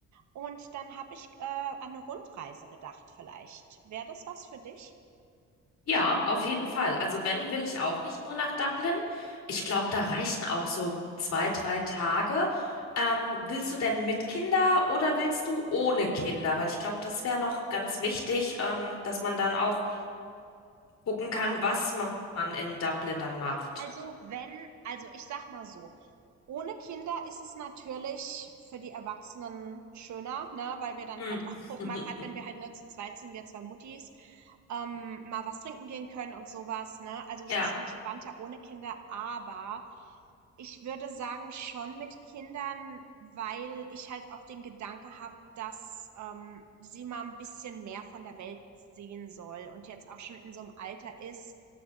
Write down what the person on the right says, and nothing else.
Und dann habe ich äh, an eine Rundreise gedacht vielleicht. Wäre das was für dich?
Ja,
also wenn also ich sag mal so, Ohne Kinder ist es natürlich für die Erwachsenen schöner, ne, weil wir dann
halt <laughs> auch
mal, gerade, wenn wir halt nur zu zweit sind, wir zwei Muttis, ähm, mal was trinken gehen können und sowas, ne? Also
es ist entspannter ohne Kinder, aber ich würde sagen schon mit Kindern, weil ich halt auch den Gedanke habe, dass ähm, sie mal ein bisschen mehr von der Welt sehen soll und jetzt auch schon in so einem Alter ist,